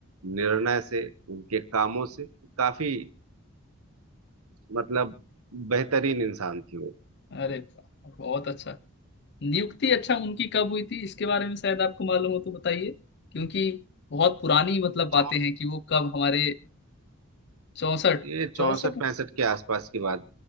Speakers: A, on the right (about 80°); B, on the left (about 50°).
A: निर्णय से उनके कामों से काफी मतलब बेहतरीन इंसान थी वो
B: अरे वाह बहुत अच्छा नियुक्ति अच्छा उनकी कब हुई थी इसके बारे में शायद आपको मालूम हो तो बताइए क्योंकि बहुत पुरानी मतलब बातें
A: चौसठ
B: हैं कि वो कब हमारे चौसठ
A: ये चौसठ
B: चौसठ
A: पैंसठ के आसपास की बात